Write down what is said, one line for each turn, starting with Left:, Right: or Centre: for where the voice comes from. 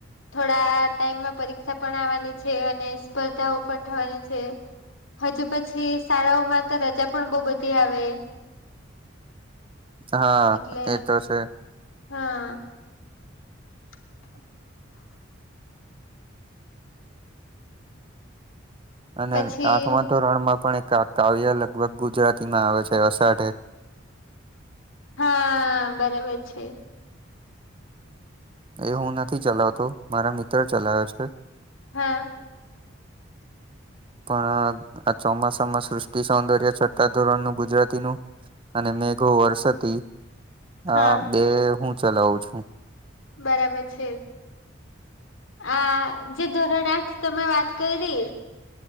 Left: થોડા ટાઈમમાં પરીક્ષા પણ આવવાની છે અને સ્પર્ધાઓ પણ થવાની છે. હજુ પછી શાળાઓમાં તો રજા પણ બો બધી આવે.
Right: હા
Left: એટલે
Right: એતો છે.
Left: હા. <inaudible>
Right: અને
Left: પછી
Right: આઠમા ધોરણ માં પણ એક કા કાવ્ય લગભગ ગુજરાતી માં આવે છે અષાઢે?
Left: હાં બરાબર છે.
Right: એ હું નથી ચલાવતો મારા મિત્ર ચલાવે છે.
Left: હા.
Right: <inaudible> પણ અ આ ચોમાસામાં સૃષ્ટિ સૌંદર્ય છઠ્ઠા ધોરણ નું ગુજરાતી નું અને મેઘો વર્ષતી
Left: હા
Right: આ બે હું ચલાવું છું.
Left: બરાબર છે. આ જે ધોરણ આઠ તમે વાત કયરિ